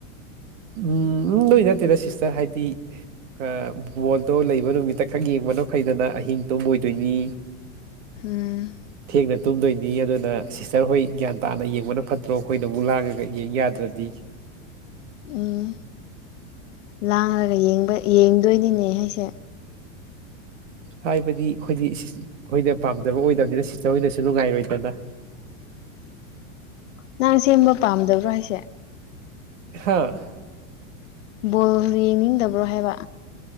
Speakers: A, on the right; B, on the left.
A: ꯎꯝ ꯑꯗꯨꯏ ꯅꯠꯇꯦꯗ ꯁꯤꯁꯇꯔ ꯍꯥꯏꯗꯤ ꯑ ꯕꯣꯜꯗꯣ ꯂꯩꯕ ꯅꯨꯃꯤꯠꯇ ꯈꯛ ꯌꯦꯡꯕꯅ ꯐꯩꯗꯅ ꯑꯍꯤꯡ ꯇꯨꯝꯃꯣꯏꯗꯣꯏꯅꯤ
B: ꯎꯝ
A: ꯊꯦꯡꯅ ꯇꯨꯝꯗꯣꯏꯅꯤ ꯑꯗꯨꯅ ꯁꯤꯁꯇꯔ ꯍꯣꯏ ꯒ꯭ꯌꯥꯟ ꯇꯥꯅ ꯌꯦꯡꯕꯅ ꯐꯠꯇ꯭ꯔꯣ ꯑꯩꯈꯣꯏꯅ ꯑꯃꯨꯛ ꯂꯥꯡꯉꯒ ꯌꯦꯡ ꯌꯥꯗ꯭ꯔꯗꯤ
B: ꯎꯝ ꯂꯥꯡꯉꯒ ꯌꯦꯡꯕ ꯌꯦꯡꯗꯣꯏꯅꯤꯅꯦ ꯑꯩꯁꯦ
A: ꯍꯥꯏꯕꯗꯤ ꯑꯩꯈꯣꯏꯗꯤ ꯑꯩꯈꯣꯏꯅ ꯄꯥꯝꯗꯕ ꯑꯣꯏꯗꯕꯅꯤꯅ ꯁꯤꯁꯇꯔ ꯍꯣꯏꯅꯁꯨ ꯅꯨꯡꯉꯥꯏꯔꯣꯏꯗꯅ
B: ꯅꯪ ꯁꯦꯝꯕ ꯄꯥꯝꯗꯕ꯭ꯔꯣ ꯍꯥꯏꯁꯦ
A: ꯍꯥꯥ
B: ꯕꯣꯜ ꯌꯦꯡꯅꯤꯡꯗꯕ꯭ꯔꯣ ꯍꯥꯏꯕ